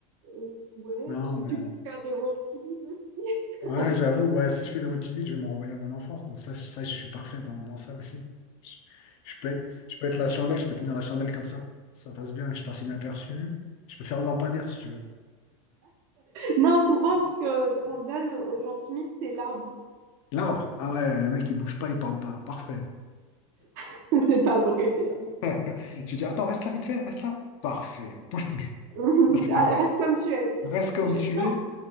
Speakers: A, on the right; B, on the left.
A: euh, ouais,
B: Non,
A: tu,
B: mais
A: tu peux faire des rôles timides aussi.
B: ouais,
A: <laughs>
B: j'avoue, ouais, si je fais de votre timide, je vais me renvoyer à mon enfance. Donc ça, je- ça je suis parfait dans, dans ça aussi. Je, je peux être, je peux être la chandelle, je peux tenir la chandelle comme ça. Ça passe bien, je passe inaperçu. Je peux faire le lampadaire si tu veux.
A: Non, souvent, ce que, ce qu'on donne aux gens timides, c'est l'arbre.
B: L'arbre, ah ouais, le mec il bouge pas, il parle pas. Parfait.
A: <laughs> C'est pas vrai, je rigole.
B: <laughs> Je dis, attends, reste là vite fait, reste là. Parfait, bouge plus.
A: <laughs>
B: <laughs>
A: Ah, Reste comme tu es. tu-
B: Reste comme
A: Juste,
B: tu
A: non,
B: es.